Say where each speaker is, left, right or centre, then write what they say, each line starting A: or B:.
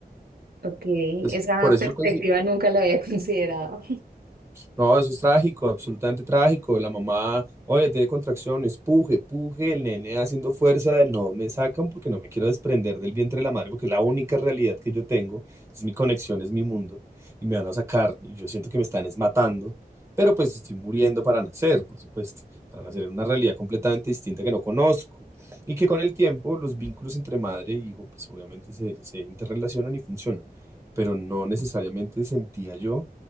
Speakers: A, on the right; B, on the right.
A: Ok,
B: Entonces,
A: esa
B: por eso
A: perspectiva
B: yo, consi-
A: nunca la había <laughs> considerado.
B: No, eso es trágico, absolutamente trágico. La mamá, oye, tiene contracciones, puje, puje, el nene haciendo fuerza de no me sacan porque no me quiero desprender del vientre de la madre, porque es la única realidad que yo tengo es mi conexión, es mi mundo, y me van a sacar, y yo siento que me están es matando, pero pues estoy muriendo para nacer, por supuesto, para nacer en una realidad completamente distinta que no conozco, y que con el tiempo los vínculos entre madre e hijo, pues obviamente se, se interrelacionan y funcionan, pero no necesariamente sentía yo